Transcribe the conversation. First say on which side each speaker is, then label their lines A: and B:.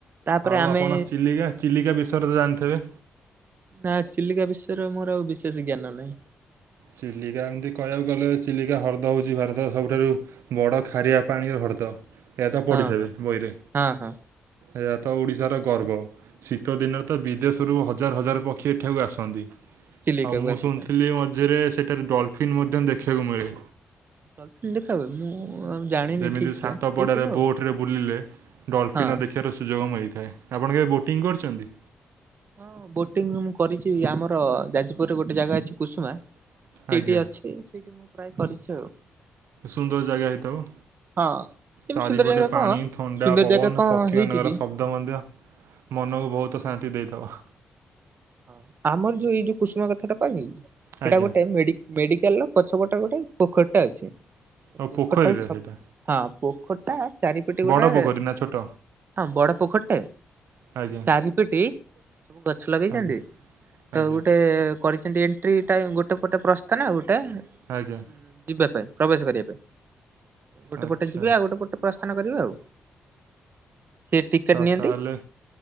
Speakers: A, on the right; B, on the right.
A: ତାପରେ
B: ଆଉ
A: ଆମେ
B: ଆପଣ ଚିଲିକା ଚିଲିକା ବିଷୟରେ ତ ଜାଣିଥିବେ?
A: ନା ଚିଲିକା ବିଷୟରେ ମୋର ଆଉ ବିଶେଷ ଜ୍ଞାନ ନାହିଁ।
B: ଚିଲିକା ଏମିତି କହିବାକୁ ଗଲେ ଚିଲିକା ହ୍ରଦ ହେଉଛି ଭାରତ ସବୁଠାରୁ ବଡ଼ ଖାରିଆ ପାଣି ହ୍ରଦ ଏହା ତ ପଡ଼ିଥିବେ
A: ହଁ ହଁ
B: ବହିରେ?
A: ହଁ ହଁ
B: ଏହା ତ ଓଡିଶାର ଗର୍ବ ଶୀତ ଦିନରେ
A: ହଁ।
B: ତ ବିଦେଶରୁ ହ ଜାର ହଜାର ପକ୍ଷୀ ଏଠାକୁ ଆସନ୍ତି
A: ଚିଲିକାକୁ
B: ଆଉ ମୁଁ
A: ଆସିଥାଏ।
B: ଶୁଣିଥିଲି ମ ଝିରେ ସେଠାରେ ଡଲଫିନ୍ ମଧ୍ୟ ଦେଖିବାକୁ ମିଳେ।
A: ଡଲଫିନ୍ ଦେଖା ହୁଏ ମୁଁ ଆଉ ଜାଣିନି
B: ଯେମିତି
A: ଠିକ
B: ସାତ
A: ସେ ହେଇଥିବ
B: ପଡ଼ାରେ
A: ଆଉ
B: ବୋଟ ରେ ବୁଲିଲେ ଡଲଫିନ
A: ହଁ।
B: ଦେଖି ଖିବାର ସୁଯୋଗ ମିଳିଥାଏ ଆପଣ କେବେ ବୋଟିଂ କରିଛନ୍ତି?
A: ହଁ ବୋଟିଂ ମୁଁ କରିଛି ଆମର ଯାଜପୁରରେ ଗୋଟେ ଜାଗା ଅଛି କୁସୁମା ସେଇଠି
B: ଆଜ୍ଞା।
A: ଅଛି ସେଇଠି ମୁଁ ପ୍ରାୟ କରିଛି ଆଉ।
B: ସୁନ୍ଦର ଜାଗା ହେଇଥିବ?
A: ହଁ ସେମିତି
B: ଚାରିପଟେ
A: ସୁନ୍ଦର ଜାଗା
B: ପାଣି
A: କଣ
B: ଥଣ୍ଡା
A: ସୁନ୍ଦର
B: ପବନ
A: ଜାଗା କଣ
B: ପକ୍ଷୀ
A: ହେଇଛି
B: ମାନଙ୍କର
A: କି
B: ଶବ ତ ମଧ୍ୟ ମନକୁ
A: ହଁ
B: ବହୁତ ଶାନ୍ତି ଦେଇଥିବ?
A: ହଁ ଆମର ଯୋଉ ଏଇଠି ଯୋଉ କୁସୁମ କଥାଟା କହିଲି ସେଇଟା
B: ଆଜ୍ଞା।
A: ଗୋଟେ ମେଡି ମେଡିକାଲର ପଛ ପଟରେ ଗୋଟେ ପୋଖରୀଟା ଅଛି।
B: ଆଉ
A: ପୋଖରୀଟା
B: ପୋଖରୀରେ ସେଇଟା
A: ହଁ ପୋଖରୀ ଟା ଚାରିପଟେ ଗୋଟେ
B: ବଡ଼ ପୋଖରୀ ନା ଛୋଟ?
A: ହଁ ବଡ ପୋଖରୀଟେ ତା ସେଇ
B: ଆଜ୍ଞା
A: ଚାରିପଟେ ସବୁ ଗଛ ଲଗେଇ
B: ଆଜ୍ଞା
A: ତ
B: ଆଜ୍ଞା
A: ଗୋଟେ କରିଛନ୍ତି ଏଣ୍ଟ୍ରି ଟା ଗୋଟେ ପଟେ ପ୍ରସ୍ତାନ ଗୋଟେ ପଟେ
B: ଆଜ୍ଞା
A: ଯିବା ପାଇଁ ପ୍ରବେଶ କରିବା ପାଇଁ ଗୋଟେ
B: ଆଚ୍ଛା
A: ପଟେ ଯିବେ
B: ଆଚ୍ଛା।
A: ଆଉ ଗୋଟେ ପଟେ ପ୍ରସ୍ଥାନ କରିବେ ଆଉ। ସେ
B: ଆଚ୍ଛା
A: ଟିକେଟ ନିଅନ୍ତି
B: ତାହେଲେ